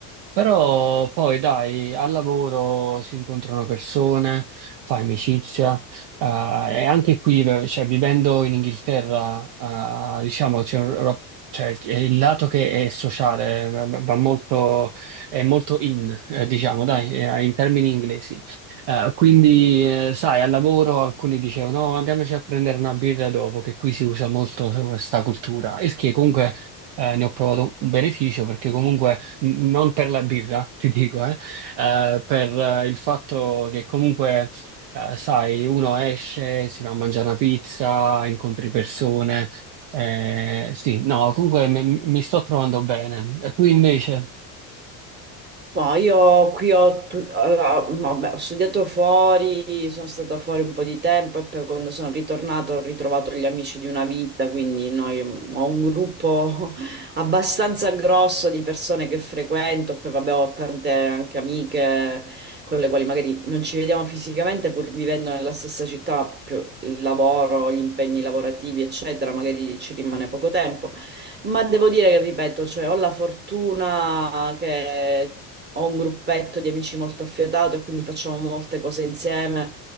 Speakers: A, on the right; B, on the right.
A: però poi dai, al lavoro si incontrano persone, fai amicizia eh, e anche qui, v- cioè, vivendo in Inghilterra, eh, diciamo, c'è un ro- cioè, è il lato che è sociale eh, va molto, è molto in, eh, diciamo, dai, eh, in termini inglesi. Eh, quindi, eh, sai, al lavoro alcuni dicevano, no, andiamoci a prendere una birra dopo, che qui si usa molto questa cultura, il che comunque eh, ne ho provato un beneficio perché comunque n- non per la birra, <laughs> ti dico, eh, eh, per eh, il fatto che comunque, eh, sai, uno esce, si va a mangiare una pizza, incontri persone. eh, sì, no, comunque m- mi sto trovando bene. E tu invece?
B: Ma io qui ho, tu- allora, vabbè, ho studiato fuori, sono stata fuori un po' di tempo e poi quando sono ritornata ho ritrovato gli amici di una vita, quindi noi, ho un gruppo <laughs> abbastanza grosso di persone che frequento, poi vabbè ho tante anche amiche con le quali magari non ci vediamo fisicamente pur vivendo nella stessa città, ma più il lavoro, gli impegni lavorativi, eccetera, magari ci rimane poco tempo. Ma devo dire che, ripeto, cioè, ho la fortuna che ho un gruppetto di amici molto affiatato e quindi facciamo molte cose insieme.